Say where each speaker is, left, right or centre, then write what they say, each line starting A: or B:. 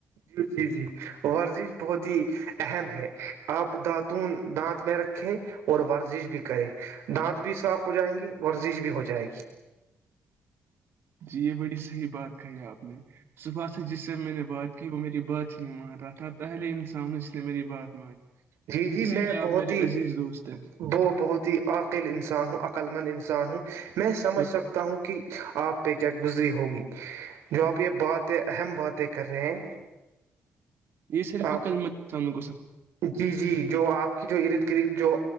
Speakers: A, on the right (about 85°); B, on the right (about 60°).
A: جی جی جی ورزش بہت ہی اہم ہے آپ داتون دانت میں رکھے اور ورزش بھی کرے دانت بھی صاف ہو جائیں گے ورزش بھی ہو جائے گی
B: جی یہ بڑی صحی بات کہی آپ نے سبھا سےر جس سے میں نے بات کی وہ میری بات نہیں مان رہا تھا پہلے انسانوں اس نے میری بات مانی
A: جی جی
B: اسی
A: میں
B: لیے آپ
A: بہت
B: میرے
A: ہی
B: عزیز دوست ہیں
A: وہ بہت ہی عقیل انسان ہوں قلمند انسان ہ میں سمجھ
B: بے-
A: سکتا ہوں کہ آپ پہ کیا گزری ہوگی جو آپ یہ باتیں اہم باتیں کر رہے ہیں
B: یہ صرف
A: آپ
B: عقل مندان
A: جی جی جو آپ کی جو ارد گرد جو